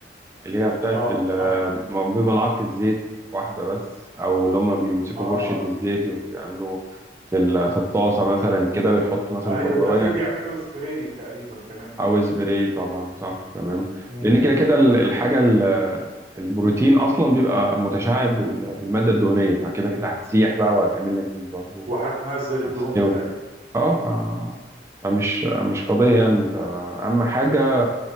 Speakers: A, on the right (about 15°); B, on the right (about 35°).
A: اللي هي بتاعت
B: أه
A: ال-
B: أه
A: م- بملعقه زيت واحده بس او اللي هم بيمسكوا
B: أه
A: فرشه الزيت يعملوا في ال- في الطاسه مثلا كده ويحط مثلا
B: أيوه
A: برجرايه
B: ده في بيعملوا سبراي تقريبا كمان دلوقتي
A: او سبراي طبعا صح تمام
B: مم.
A: لان كده كده ال-
B: مم.
A: الحاجه ال- البروتين اصلا بيبقى متشعب بال- بالماده الدهنيه فكده كده هتسيح بقى وهتعمل لك زيت برضه
B: وهتنزل الدهون
A: هتستوي
B: بتاعتها
A: اه ف
B: اه
A: فمش مش قضيه يعني انت اهم حاجه